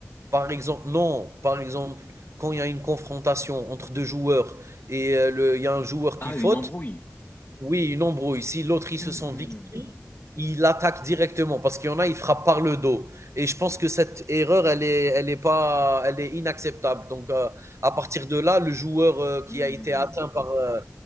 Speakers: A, on the right; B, on the left.
A: Par exemple, non, par exemple, quand il y a une confrontation entre deux joueurs et euh, le, il y a un joueur
B: Ah,
A: qui faute,
B: une embrouille.
A: Oui, une embrouille. Si l'autre, ils
B: Hmm.
A: se sent victime, il attaque directement parce qu'il y en a, il frappe par le dos. Et je pense que cette erreur, elle est, elle est pas, elle est inacceptable. Donc, euh, à partir de là, le joueur euh, qui
B: Hmm.
A: a été atteint par euh,